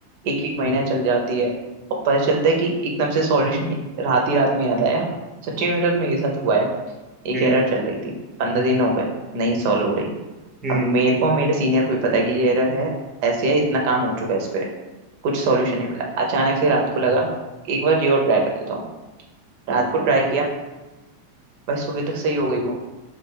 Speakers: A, on the right (about 50°); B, on the right (about 20°).
A: एक एक महीना चल जाती है और पता चलता है कि एकदम से सॉल्यूशन रात ही रात में याद आया सच्ची में मेरे में ये साथ हुआ है एक
B: हम्म
A: एरर चल रही थी पंद्रह दिन हो गए नहीं सॉल्व हो रही
B: हम्म
A: अब मेरे को मेरे सीनियर को ही पता है कि ये एरर है ऐसे है इतना काम हो चुका है इस पे कुछ सॉल्यूशन नहीं मिला अचानक से रात को लगा एक बार ये और ट्राई कर लेता हूँ रात को
B: अरे
A: ट्राई
B: वाह
A: किया भाई सुबह तक सही हो गई वो